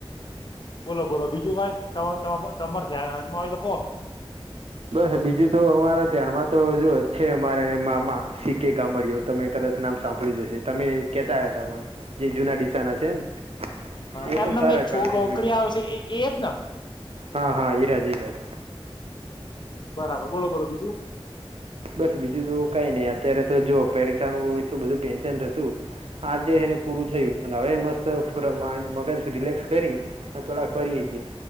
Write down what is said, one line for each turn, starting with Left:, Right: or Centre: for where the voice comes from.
Left: બોલો બોલો બીજું કાઈ તમા તમા તમાર ધ્યાન હોય તો કહો
Right: બસ બીજું તો અમારા ધ્યાનમાં તો જોુ છે અમારે મામા સી કે ગામડઓ તમે કદાચ નામ સાંભળ્યું જ અશે તમે કેતા હતા મને જે જુના ડીસા ના છે ને એ
Left: હ
Right: પણ
Left: એમનમ
Right: સારા
Left: એક છો
Right: કન્ટેન્ટ
Left: છોગકરી
Right: વિડીયો
Left: આવસે એ એજ ન
Right: હા હા એરાજઈરાજ
Left: બરાબર બોલો બોલો બીજું
Right: બસ બીજું તો કઈ નહી અત્યારે તો જો પરીક્ષાનું એટલું બધું ટેન્શન રહેતું આજે એને પૂરું થયું અને હવે મસ્ત રમણ મગજ રિલેક્સ કરી અવે થોડાક ફરીએ છી